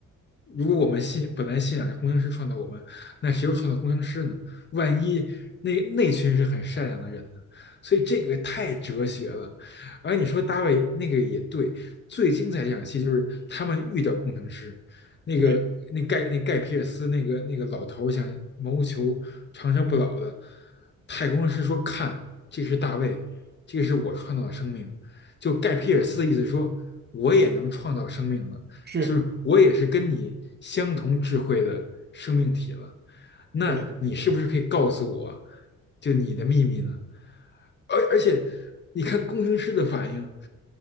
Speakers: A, on the left; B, on the right.
A: 如果我们信本来信仰是工程师创造我们，那谁又创造工程师呢？万一那那群是很善良的人呢？所以这个太哲学了。而你说大卫那个也对，最精彩一场戏就是他们遇到工程师，那个那盖那盖皮尔斯那个那个老头想谋求长生不老的，
B: 对，
A: 太空师说：“看，这是大卫，这个是我创造的生命。”就盖皮尔斯的意思说，我也能创造生命了，
B: 是，
A: 就是我也是跟你相同智慧的生命体了。那你是不是可以告诉我，
B: 对，
A: 就你的秘密呢？而而且，你看工程师的反应，